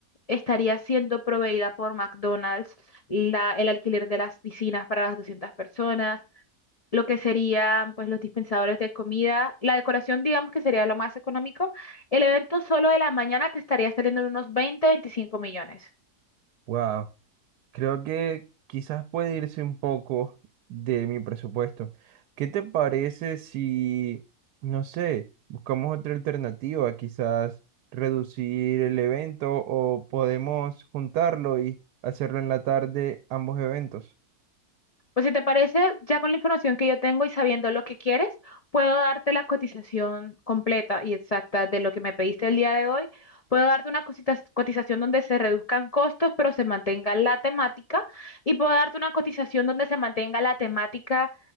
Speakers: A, on the left (about 80°); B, on the right (about 90°).
A: estaría siendo proveída por McDonald's, la- el alquiler de las piscinas para las 200 personas, lo que serían pues los dispensadores de comida, la decoración digamos que sería lo más económico. El evento solo de la mañana te estaría saliendo en unos 20, 25 millones.
B: Wow, creo que quizás puede irse un poco de mi presupuesto. ¿Qué te parece si, no sé, buscamos otra alternativa, quizás reducir el evento o podemos juntarlo y hacerlo en la tarde, ambos eventos?
A: Pues si te parece, ya con la información que yo tengo y sabiendo lo que quieres, puedo darte la cotización completa y exacta de lo que me pediste el día de hoy. Puedo darte una cosita- cotización donde se reduzcan costos, pero se mantenga la temática. Y puedo darte una cotización donde se mantenga la temática